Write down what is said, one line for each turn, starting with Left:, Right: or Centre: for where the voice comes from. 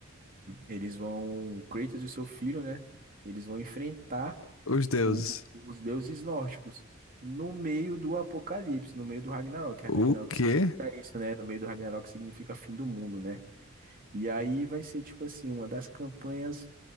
Right: eles vão, Kratos e o seu filho, né? Eles vão enfrentar
Left: Os deuses.
Right: o- os deuses nórdicos, no meio do Apocalipse, no meio do Ragnarok. Ragnarok
Left: O
Right: significa
Left: quê?
Right: isso, né? No meio do Ragnarok significa fim do mundo, né? E aí vai ser, tipo assim, uma das campanhas,